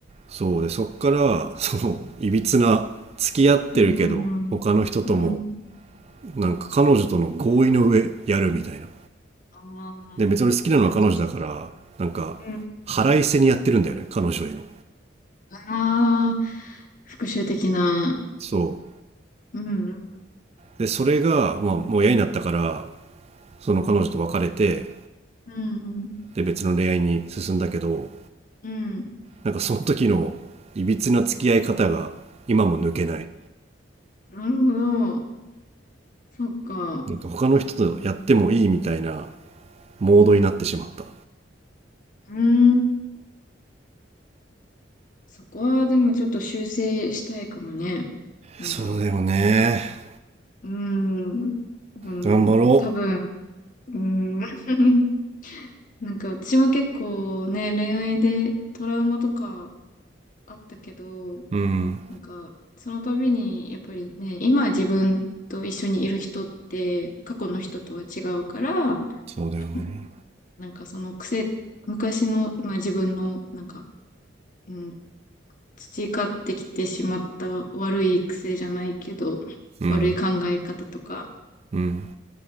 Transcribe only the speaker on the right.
そうで、そっから、その、いびつな、付き合ってるけど、
他の人とも、なんか彼女との合意の上やるみたいな。
で、別に好きなのは彼女だから、
なんか、
腹いせにやってるんだよね、彼女への。
そ
う。で、それが、まあ、もう嫌になったから、その彼女と別れて、
で別の恋愛に進んだけど
なんかその時のいびつな付き合い方が今も抜けない
なんか他の人とやってもいいみたいなモードになってしまった
そうだよね
頑張ろ
ううん
そうだよね
うん
うん